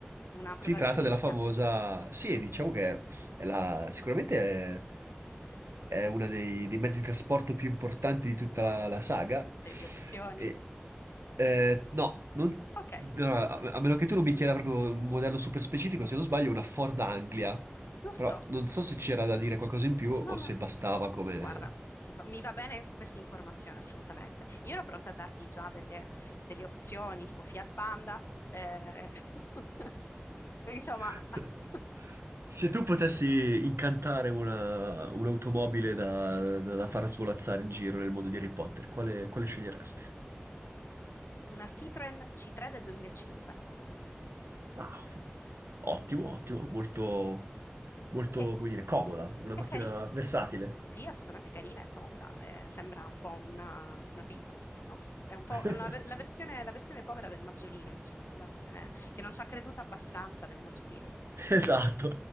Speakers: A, on the left (about 70°); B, on the right (about 80°).
A: una
B: si
A: protagonista.
B: tratta della famosa. Sì, diciamo che è la- sicuramente è,
A: Se- Ti,
B: è
A: ti
B: uno
A: do,
B: dei, dei mezzi di trasporto più importanti di tutta
A: ti do
B: la, la saga.
A: delle opzioni?
B: E, eh, no, non-
A: Ok,
B: allora, a a meno che tu non mi chieda proprio un modello super specifico, se non sbaglio, è una Ford Anglia.
A: giusto.
B: Però non so se c'era da dire qualcosa in più o
A: No, no,
B: se
A: no.
B: bastava come...
A: Guarda, va- mi va bene questa informazione assolutamente. Io ero pronta a darti già delle, delle opzioni tipo Fiat Panda, eh, <laughs> insomma,
B: <laughs>
A: <laughs>
B: Se tu potessi incantare una, un'automobile da, da- da far svolazzare in giro nel mondo di Harry Potter, quale, quale sceglieresti?
A: una Citroen C3 del 2005.
B: Ah, ottimo, ottimo, molto. molto,
A: Sì, è,
B: come dire, comoda, una
A: è
B: macchina
A: cari-
B: versatile.
A: sì, è assolutamente carina, è tonda, eh, sembra un po' una, una Beetle, no? È un po'
B: <laughs>
A: una ve-
B: Sì.
A: la versione, la versione povera del Maggiolino, diciamo, la versione che non ci ha creduto abbastanza del Maggiolino.
B: Esatto,